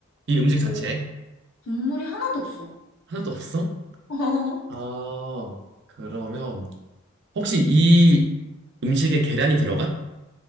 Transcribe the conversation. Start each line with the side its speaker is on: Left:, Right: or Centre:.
Right: 이 음식 자체에?
Left: 오, 국물이 하나도 없어.
Right: 하나도 없어?
Left: <laughs>
Right: 아, 그러면 혹시 이 음식에 계란이 들어가?